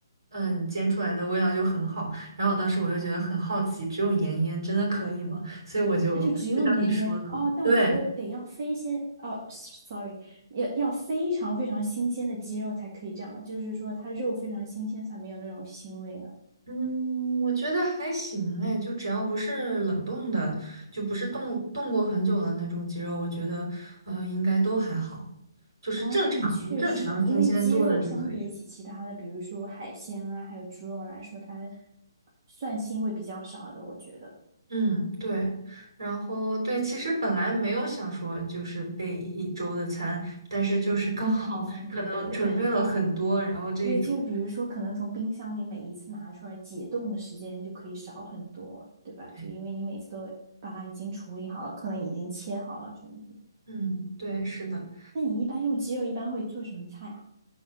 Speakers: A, on the right (about 75°); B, on the right (about 45°).
A: 嗯，煎出来的味道就很好，然后当时我就觉得很好奇，只有盐腌真的可以吗？所以我就就像你说的，
B: 那就只用盐腌哦，但我觉得得要非鲜哦，sorry，
A: 对，
B: 要要非常非常新鲜的鸡肉才可以这样，就是说它肉非常新鲜才没有那种腥味了。
A: 嗯，我觉得还行哎，就只要不是冷冻的，就不是冻冻过很久的那种鸡肉，我觉得呃应该都还好，就是正常正常新鲜度的就可以了。
B: 哦，但也确实，因为鸡肉相比起其他的，比如说海鲜啊，还有猪肉来说，它蒜腥味比较少的，我觉得。
A: 嗯，对，然后对，其实本来没有想说就是备一周的餐，但是就是刚好
B: 但这样很方便，
A: <laughs> 可能准备了很多，
B: 对不对？
A: 然后这一周，
B: <laughs> 对，就是比如说，可能从冰箱里每一次拿出来解冻的时间就可以少很多，对吧？
A: 对，
B: 就因为你每次都把它已经处理好了，可能已经切好了什么的。
A: 嗯，对，是的，
B: 那你一般用鸡肉一般会做什么菜啊？